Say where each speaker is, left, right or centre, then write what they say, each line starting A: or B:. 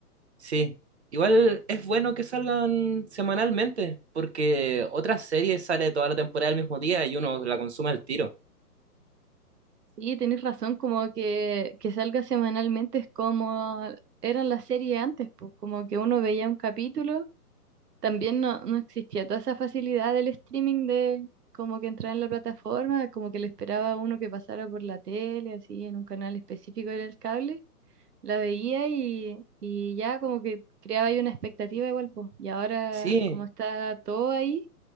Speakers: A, on the right; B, on the right.
A: Sí, igual es bueno que salgan semanalmente, porque otras series sale toda la temporada el mismo día y uno la consume al tiro.
B: Sí, tenés razón, como que, que salga semanalmente es como eran las series antes, pues como que uno veía un capítulo, también no, no existía toda esa facilidad del streaming de como que entrar en la plataforma, como que le esperaba a uno que pasara por la tele, así en un canal específico en el cable, la veía y, y ya como que creaba ahí una expectativa igual, pues, y ahora
A: Sí,
B: como está todo ahí